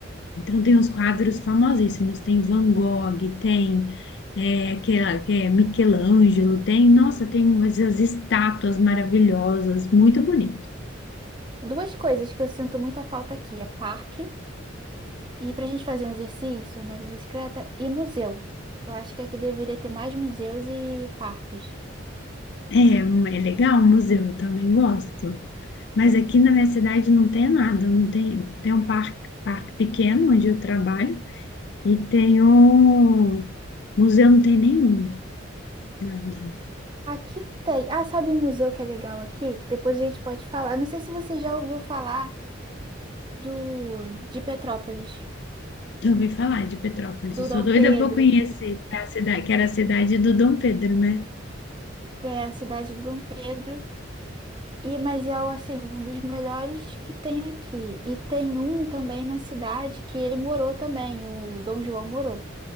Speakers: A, on the left (about 60°); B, on the right (about 25°).
A: Então tem uns quadros famosíssimos, tem Van Gogh, tem é, aquela, que é Michelangelo, tem, nossa, tem umas- essas estátuas maravilhosas, muito bonito.
B: Duas coisas que eu sinto muita falta aqui é parque e pra gente fazer um exercício, andar de bicicleta e museu. Eu acho que aqui deveria ter mais museus e parques.
A: É, um- é legal o museu, eu também gosto. Mas aqui na minha cidade não tem nada, não tem, tem um parque, parque pequeno onde eu trabalho, E tem um museu, não tem nenhum, nada.
B: Aqui tem. Ah, sabe um museu que é legal aqui? Que depois a gente pode falar. Não sei se você já ouviu falar. do de Petrópolis,
A: Já ouvi falar de Petrópolis.
B: do
A: Eu sou
B: Dom
A: doida
B: Pedro,
A: para conhecer que é a cidade, que era a cidade do Dom Pedro, né?
B: é a cidade do Dom Pedro. E mas é o, assim, um dos melhores que tem aqui. E tem um também na cidade que ele morou também, o Dom João morou,